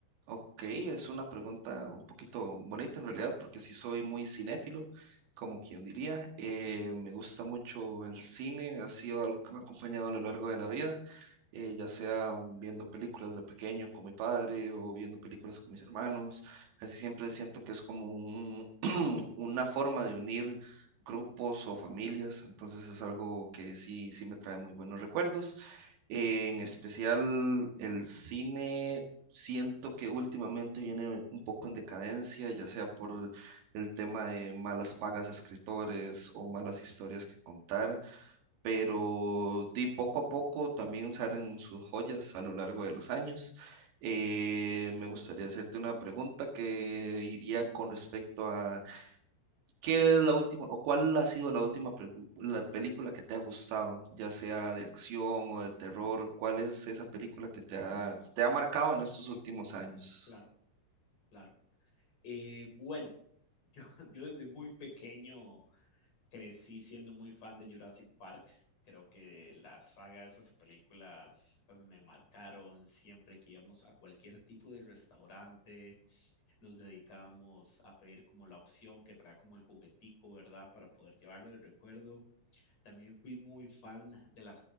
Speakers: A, on the right; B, on the left.
A: Ok, es una pregunta un poquito bonita en realidad, porque sí soy muy cinéfilo, como quien diría. Eh, me gusta mucho el cine, ha sido algo que me ha acompañado a lo largo de la vida, eh, ya sea viendo películas de pequeño con mi padre o viendo películas con mis hermanos. Casi siempre siento que es como un, <clears throat> una forma de unir grupos o familias, entonces es algo que sí, sí me trae muy buenos recuerdos. en especial el cine siento que últimamente viene un poco en decadencia, ya sea por el tema de malas pagas a escritores o malas historias que contar, pero de poco a poco también salen sus joyas a lo largo de los años. Eh, me gustaría hacerte una pregunta que iría con respecto a ¿Qué es la última, o cuál ha sido la última pregu- la película que te ha gustado, ya sea de acción o de terror? ¿Cuál es esa película que te ha, te ha marcado en estos últimos años?
B: Claro, claro. Eh, bueno, <laughs> yo desde muy pequeño crecí siendo muy fan de Jurassic Park. Creo que la saga de esas películas me marcaron siempre que íbamos a cualquier tipo de restaurante nos dedicábamos a pedir como la opción que trae como el juguetico, ¿verdad? Para poder llevarlo de recuerdo. También fui muy fan de la